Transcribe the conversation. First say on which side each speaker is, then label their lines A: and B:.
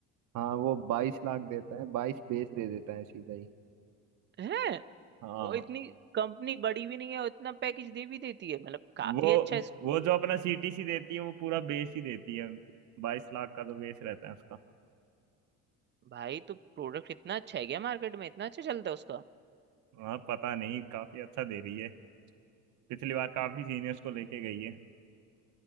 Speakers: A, on the right; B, on the right.
A: हाँ वो बाईस लाख देता है बाईस बेस दे देता है सीधा ही।
B: है
A: हाँ
B: और इतनी कंपनी बड़ी भी नहीं है और इतना पैकेज दे भी देती है मतलब काफी
A: वो
B: अच्छा है। इस
A: वो जो अपना सीटीसी देती है वो पूरा बेस ही देती है बाईस लाख का जो बेस रहता है उसका
B: भाई तो प्रोडक्ट इतना अच्छा है क्या मार्केट में इतना अच्छा चलता है उसका
A: हाँ पता नहीं काफी अच्छा दे रही है पिछली बार काफी सीनियर्स को लेके गई है